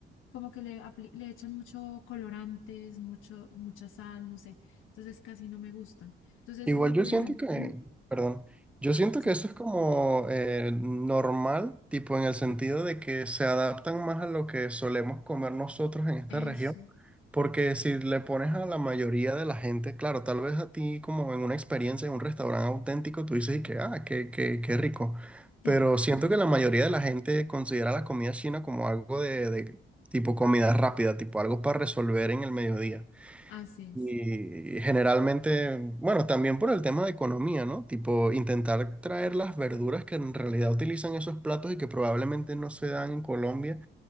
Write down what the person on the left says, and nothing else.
como que le, apli- le echan mucho colorantes, mucho, mucha sal, no sé, entonces casi no me gustan. Entonces
es lo
que,
ujú,
sí,
eso,
sí,
así es.